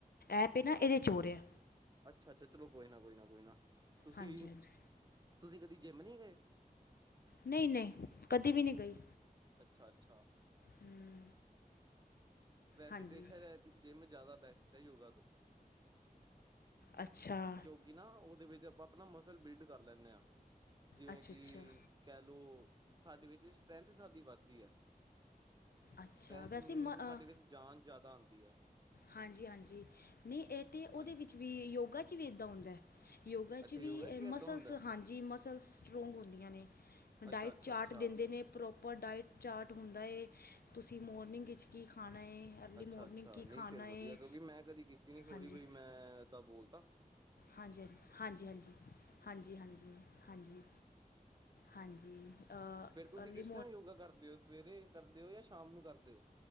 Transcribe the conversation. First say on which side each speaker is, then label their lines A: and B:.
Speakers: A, on the left; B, on the right.
A: ਐਪ ਏ ਨਾ, ਇਹਦੇ'ਚ ਹੋ ਰਿਹਾ
B: ਅੱਛਾ- ਅੱਛਾ, ਚਲੋ ਕੋਈ ਨਾ, ਕੋਈ ਨਾ, ਕੋਈ ਨਾ ਤੁਸੀ
A: ਹਾਂਜੀ ਹਾਂਜੀ
B: ਤੁਸੀ ਕਦੀ ਜਿਮ ਨਹੀ ਗਏ?
A: ਨਹੀ ਨਹੀ, ਕਦੇ ਵੀ ਨਹੀ ਗਈ।
B: ਅੱਛਾ -ਅੱਛਾ।
A: ਹਮ
B: ਵੈਸੇ
A: ਹਾਂਜੀ
B: ਦੇਖਿਆ ਜਾਏ ਤਾਂ, ਜਿਮ ਜ਼ਿਆਦਾ ਬੈਸਟ ਹੈ, ਯੋਗਾ ਤੋਂ
A: ਅੱਛਾ-
B: ਕਿਉਂਕਿ ਨਾ, ਉਹਦੇ ਵਿੱਚ ਆਪਾਂ ਆਪਣਾ ਮਸਲ ਬਿਲਡ ਕਰ ਲੈਂਦੇ ਹਾਂ, ਜਿਵੇਂ
A: ਅੱਛਾ
B: ਕਿ
A: ਅੱਛਾ
B: ਕਹਿ ਲਓ, ਸਾਡੇ ਵਿੱਚ ਸਟਰੈੰਥ ਸਾਡੀ ਵੱਧਦੀ ਹੈ।
A: ਅੱਛਾ।
B: ਸਟਰੈਂਥ
A: ਵੈਸੇ
B: ਮੀਨਸ
A: ਮ ਅ
B: ਸਾਡੇ ਵਿੱਚ ਜਾਨ ਜ਼ਿਆਦਾ ਆਉਂਦੀ ਹੈ
A: ਹਾਂਜੀ-ਹਾਂਜੀ, ਨੀ ਏ ਤੇ
B: ਹਾਂਜੀ
A: ਓਦੇ ਵਿੱਚ ਵੀ ਯੋਗਾ ਵੀ ਏਦਾਂ ਹੁੰਦਾ ਐ। ਯੋਗਾ ਵਿਚ
B: ਅੱਛਾ
A: ਵੀ
B: ਯੋਗਾ ਚ ਏਦਾਂ
A: ਮਸਲਸ,
B: ਹੁੰਦਾ
A: ਹਾਂਜੀ, ਮਸਲਸ ਸਟਰੋਂਗ ਹੁੰਦੀਆਂ ਨੇ। ਡਾਇਟ
B: ਅੱਛਾ ਅੱਛਾ
A: ਚਾਟ
B: ਅੱਛਾ
A: ਦਿੰਦੇ ਨੇ। ਪ੍ਰੋਪਰ ਡਾਇਟ ਚਾਰਟ ਹੁੰਦਾ ਏ, ਤੁਸੀ ਮੋਰਨਿੰਗ ਵਿਚ ਕੀ ਖਾਣਾ ਏ। ਅਰਲੀ
B: ਅੱਛਾ-ਅੱਛਾ,
A: ਮੋਰਨਿੰਗ ਕੀ
B: ਨਈ
A: ਖਾਣਾ
B: ਫੇਰ ਵਧੀਆ,
A: ਏ
B: ਕਿਉਂਕਿ ''ਮੈਂ ਕਦੀ ਕੀਤੀ ਨੀ, ਸੋਰੀ
A: ਹਾਂਜੀ
B: ਬਈ ਮੈਂ ਐਦਾਂ ਬੋਲ ਤਾ।
A: ਹਾਂਜੀ, ਹਾਂਜੀ, ਹਾਂਜੀ, ਹਾਂਜੀ, ਹਾਂਜੀ, ਹਾਂਜੀ, ਹਾਂਜੀ। ਹਾਂਜੀ
B: ਫੇਰ ਤੁਸੀ
A: ਅਰਲੀ
B: ਕਿਸ ਟੈਮ ਯੋਗਾ ਕਰਦੇ ਓ, ਸਵੇਰੇ ਕਰਦੇ ਓ, ਯਾ ਸ਼ਾਮ ਨੂੰ ਕਰਦੇ ਓ?